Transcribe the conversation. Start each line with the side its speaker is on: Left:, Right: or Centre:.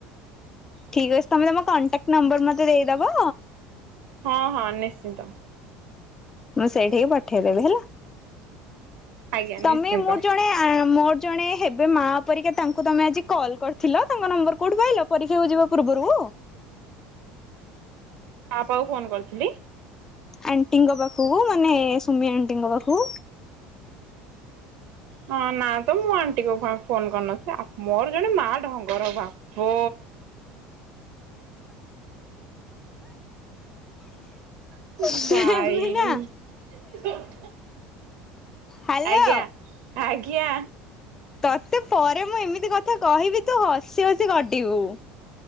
Left: ଠିକ୍ ଅଛି ତମେ ତମ କଣ୍ଟାକ୍ଟ ନମ୍ବର ମତେ ଦେଇଦବ।
Right: ହଁ ହଁ ନିଶ୍ଚିନ୍ତ।
Left: ମୁଁ ସେଇଠିିକି ପଠେଇଦେବି ହେଲା।
Right: ଆଜ୍ଞା
Left: ତମେ
Right: ନିଶ୍ଚିନ୍ତ
Left: ମୁଁ ଜଣେ। ମୋର ଜଣେ ହେବେ ମା ପରିକା ତାଙ୍କୁ ତମେ ଆଜି କଲ୍ କରିଥିଲ। ତାଙ୍କ ନମ୍ବର କୋଉଠୁ ପାଇଲ। ପରୀକ୍ଷାକୁ ଯିବା ପୂର୍ବରୁ।
Right: ମା ପାଖକୁଫୋନ୍ କରିଥିଲି।
Left: ଆଣ୍ଟିଙ୍କ ପାଖକୁ ମାନେ ସୁମି ଆଣ୍ଟିଙ୍କ ପାଖକୁ।
Right: ହଁ ନା ତ ମୁଁ ଆଣ୍ଟିଙ୍କ ପାଖକୁ ଫୋନ କରିନଥିଲି ମୋର ଜଣେ ମା ଢଙ୍ଗର ବା। ଫ ଭାଇ
Left: ଫେମିନା ହ୍ୟାଲୋ
Right: ଆଜ୍ଞା ଆଜ୍ଞା
Left: ତତେ ପରେ ମୁଁ ଇନଫର୍ମ କହିବି ତୁ ହସି ହସି ଗଡ଼ିବୁ।